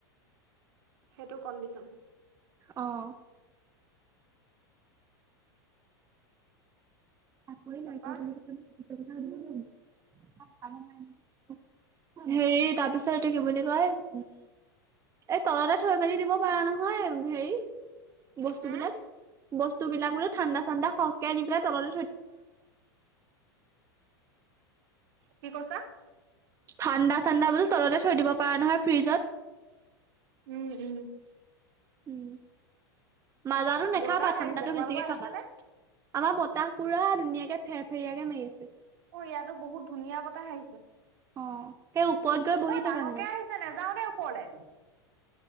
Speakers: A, on the right (about 65°); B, on the right (about 25°).
A: সেইটো কণ্ডিচন।
B: অ'। চাকৰি নাই
A: তাৰপা
B: কৰা বুলি কৈছে নহয়, ইটো কথা সুধিব পাৰিলি হেতেন। হেৰি তাৰ পিছত এইটো কি বুলি কয় উম এই তলতে থৈ মেলি দিব পাৰা নহয় হেৰি। বস্তুবিলাক
A: হম,
B: বস্তুবিলাক বোলে ঠাণ্ডা ঠাণ্ডা সহকে আনি পেলাই তল
A: কি কৈছা।
B: ঠাণ্ডা চানদা বোলো তলতে থৈ দিব পাৰা নহয় ফ্ৰিজত।
A: উম, <inaudible>
B: উম মাজাৰো নাখাবা
A: বতাহ
B: ঠাণ্ডাতো
A: আহিছে তোমালোকৰ
B: বেছিকে
A: আহিছে
B: খাবা
A: নে?
B: আমাৰ বতাহ পুৰা ধুনীয়াকে ফেৰ ফেৰয়াকে মাৰিছে।
A: অ', ইয়াতো বহুত ধুনীয়া বতাহ আহিছে।
B: অ সেই ওপৰত গৈ বহি
A: অ',
B: থাকাগে
A: ডাঙৰকে আহিছে নাযাওঁ দেই ওপৰলে।